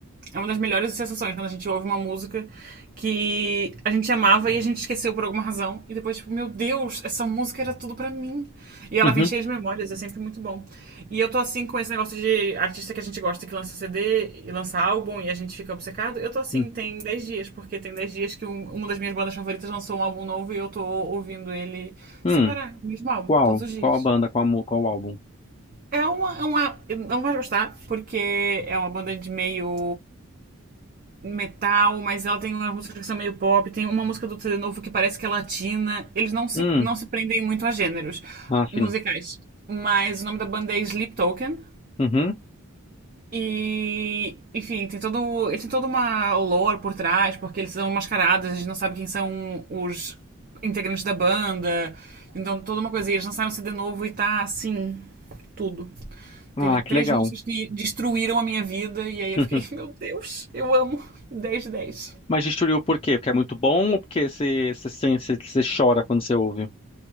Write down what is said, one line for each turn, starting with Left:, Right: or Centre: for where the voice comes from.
Right: É uma das melhores sensações quando a gente ouve uma música que a gente amava e a gente esqueceu por alguma razão. E depois, tipo, meu Deus, essa música era tudo pra mim. E ela
Left: Uhum.
Right: vem cheia de memórias, é sempre muito bom. E eu tô assim com esse negócio de artista que a gente gosta que lança CD e lança álbum e a gente fica obcecado. Eu tô assim,
Left: Hum.
Right: tem 10 dias, porque tem 10 dias que um- uma das minhas bandas favoritas lançou um álbum novo e eu tô ouvindo ele
Left: Hum.
Right: sem parar, o mesmo álbum,
Left: Qual?
Right: todos os dias.
Left: Qual a banda? Qual, a mu- qual o álbum?
Right: É uma, é uma. Não vai gostar, porque é uma banda de meio metal, mas ela tem umas músicas que são meio pop, tem uma música do CD novo que parece que é latina. Eles não se,
Left: Hum.
Right: não se prendem muito a gêneros
Left: Ah,
Right: musicais.
Left: sim.
Right: Mas o nome da banda é Sleep Token.
Left: Uhum.
Right: E, enfim, tem todo, ele tem toda uma lore por trás, porque eles são mascarados, a gente não sabe quem são os integrantes da banda. Então, toda uma coisa. E eles lançaram um CD novo e tá assim, tudo.
Left: Ah,
Right: Teve três
Left: que legal.
Right: músicas que destruíram a minha vida, e aí eu
Left: Uhum.
Right: fiquei, <laughs> meu Deus, eu amo 10 de 10.
Left: Mas destruiu por quê? Porque é muito bom ou porque você você sente- você- você chora quando você ouve?